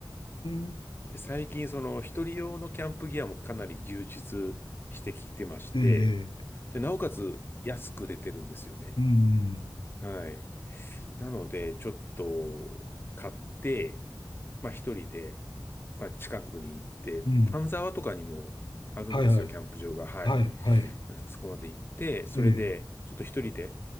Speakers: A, on the left; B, on the left.
A: うーん。
B: で、最近、その、一人用のキャンプギアもかなり充実してきてまして、
A: ええ、
B: で、なおかつ安く出てるんですよね。
A: うん、
B: はい。なので、ちょっと買って、まあ一人で、まあ、近くに行って、
A: うん。うん。
B: 丹沢とかにもあるんですよ、
A: はいはい。
B: キャンプ場が。はい。
A: はい、はい。
B: まあそこまで行って、それで、
A: ええ、
B: ちょっと一人で